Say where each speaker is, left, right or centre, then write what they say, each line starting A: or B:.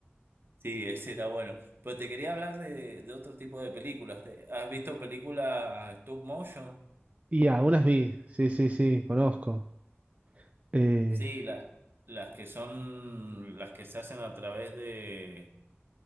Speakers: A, on the right (about 55°); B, on the right (about 30°).
A: Sí, ese era bueno. Pero te quería hablar de, de otro tipo de películas. ¿Te- ¿Has visto películas stop motion?
B: Y algunas vi. Sí, sí, sí, conozco. Eh,
A: Sí, la- las que son, las que se hacen a través de,